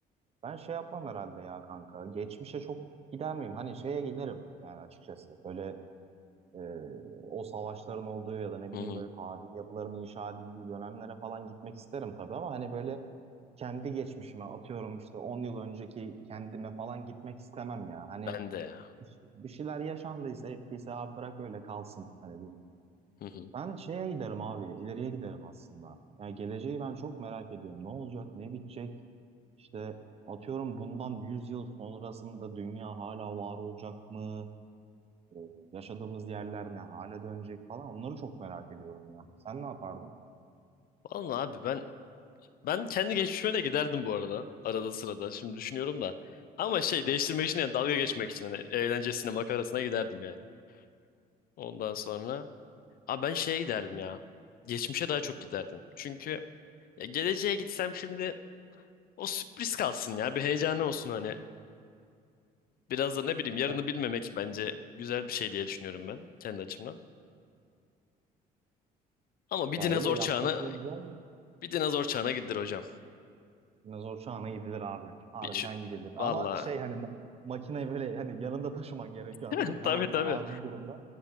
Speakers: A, on the right; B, on the left.
A: ben şey yapmam herhalde ya kanka. Geçmişe çok gider miyim? Hani şeye giderim yani açıkçası. Böyle e, o savaşların olduğu ya da ne bileyim
B: Hı hı.
A: böyle tarihi yapıların inşa edildiği dönemlere falan gitmek isterim tabii ama hani böyle kendi geçmişime atıyorum işte 10 yıl önceki kendime falan gitmek istemem ya. Hani
B: Ben de ya.
A: bir şeyler yaşandıysa ettiyse abi bırak öyle kalsın hani durumu.
B: Hı hı.
A: Ben şeye giderim abi, ileriye giderim aslında. Yani geleceği ben çok merak ediyorum. Ne olacak, ne bitecek? İşte atıyorum bundan 100 yıl sonrasında dünya hala var olacak mı? Ee, yaşadığımız yerler ne hale dönecek falan onları çok merak ediyorum ya. Sen ne yapardın?
B: Vallahi abi ben ben kendi geçmişime de giderdim bu arada. Arada sırada. Şimdi düşünüyorum da. Ama şey değiştirmek için yani dalga geçmek için hani eğlencesine makarasına giderdim yani. Ondan sonra Abi ben şeye giderdim ya. Geçmişe daha çok giderdim. Çünkü ya geleceğe gitsem şimdi o sürpriz kalsın ya. Bir heyecanı olsun hani. Biraz da ne bileyim yarını
A: Ya
B: bilmemek bence güzel bir şey diye düşünüyorum ben kendi açımdan. Ama bir
A: ya
B: dinozor
A: öyle yaklaşımı
B: çağına
A: güzel de.
B: bir dinozor çağına gidilir hocam.
A: Dinozor çağına gidilir abi. Harbiden
B: Bir şu,
A: gidilir. Ama
B: valla.
A: şey hani ma- makineyi böyle hani yanında taşıman gerekiyor
B: <laughs>
A: anladın mı?
B: Tabii
A: Her an böyle
B: tabii.
A: acil durumda.